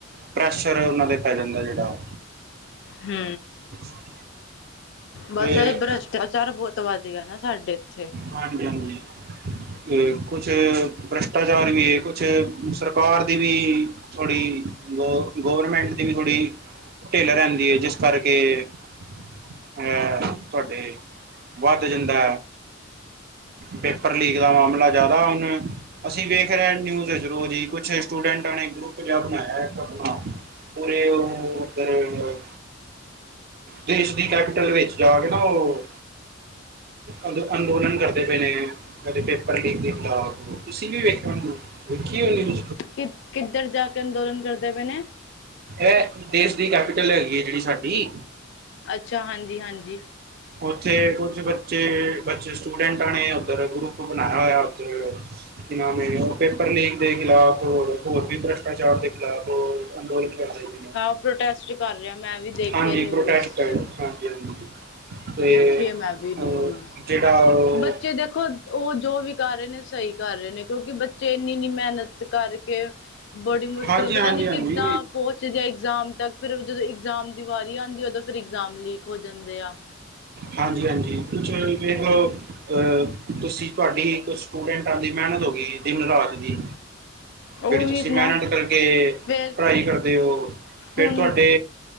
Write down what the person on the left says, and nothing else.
ਹੂੰ।
ਬਸ
ਇਹ ਭ੍ਰਿਸ਼ਟਾਚਾਰ ਬਹੁਤ ਵੱਧ ਗਿਆ ਨਾ ਸਾਡੇ ਐਥੇ।
ਕਿ ਕਿੱਧਰ ਜਾ ਕੇ ਅੰਦੋਲਨ ਕਰਦੇ ਪਏ ਨੇ।
ਅੱਛਾ ਹਾਂਜੀ- ਹਾਂਜੀ।
ਹਾਂ ਉਹ ਪ੍ਰੋਟੈਸਟ ਕਰ ਰਿਹਾ, ਮੈਂ ਵੀ ਦੇਖਿਆ
ਨਿਊਜ਼
ਚ।
ਦੇਖੀਏ ਮੈਂ ਵੀ ਨਿਊਜ਼
ਬੱਚੇ ਦੇਖੋ ਉਹ ਜੋ ਵੀ ਕਰ ਰਹੇ ਨੇ ਸਹੀ ਕਰ ਰਹੇ ਨੇ, ਕਿਉਂਕਿ ਬੱਚੇ ਏਨੀ- ਏਨੀ ਮਿਹਨਤ ਕਰਕੇ ਬੜੀ ਮੁਸ਼ਕਿਲ
ਪਤਾ
ਨੀ
ਕਿੱਦਾਂ ਪਹੁੰਚਦੇ ਆ ਇਗਜਾਮ ਤੱਕ ਫਿਰ ਜਦੋਂ ਇਗਜਾਮ ਦੀ ਵਾਰੀ ਆਂਦੀ, ਉਦੋਂ ਫਿਰ ਇਗਜ਼ਾਮ ਲੀਕ ਹੋ ਜਾਂਦੇ ਆ।
ਉਹੀ
ਨਾ
ਫਿਰ
ਹੁਣ